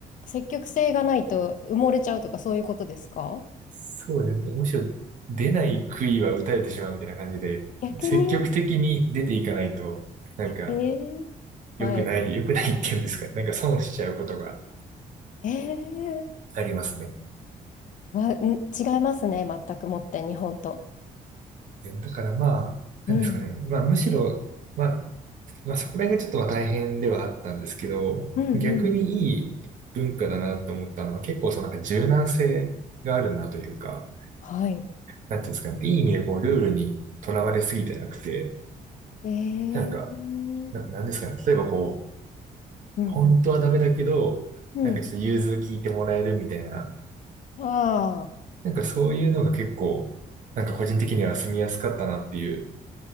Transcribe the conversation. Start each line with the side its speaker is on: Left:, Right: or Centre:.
Left: 積極性がないと埋もれちゃうとかそういうことですか
Right: そうですね。むしろ、出ない杭は打たれてしまうみたいな感じで、
Left: 逆に
Right: 積極的に出ていかないと、なんか、
Left: ええ
Right: 良くない、
Left: はい。
Right: 良くないっていうんですか。なんか損しちゃうことが、
Left: ええ
Right: ありますね。
Left: わ、ん、違いますね。全くもって、日本と。
Right: だからまあ、なんですかね。
Left: うん。
Right: まあむしろ、まあ、まあそこら辺がちょっとまあ大変ではあったんですけど、
Left: うんうん。
Right: 逆にいい文化だなと思ったのは結構そのなんか柔軟性があるなというか、
Left: はい。
Right: なんていうんですかね。いい意味でこうルールにとらわれすぎてなくて、
Left: えー、
Right: なんか、
Left: うん
Right: な、なんですかね。例えばこ
Left: うん。
Right: う、本当はダメだけど、
Left: うん。
Right: なんかちょっと融通聞いてもらえるみたいな、
Left: ああ。
Right: なんかそういうのが結構、なんか個人的には住みやすかったなっていう